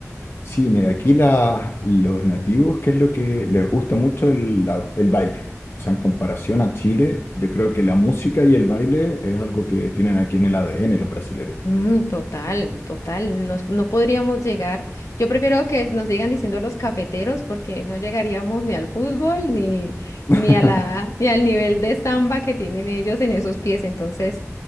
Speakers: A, on the left; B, on the left.
A: Sí, mira, aquí la- los nativos, qué es lo que les gusta mucho el, la- el baile. O sea, en comparación a Chile, yo creo que la música y el baile es algo que tienen aquí en el ADN los brasileños.
B: Mm, total, total. Nos- no podríamos llegar. Yo prefiero que nos sigan diciendo los cafeteros porque no llegaríamos ni al fútbol ni,
A: <laughs>
B: ni a la, ni al nivel de samba que tienen ellos en esos pies. Entonces,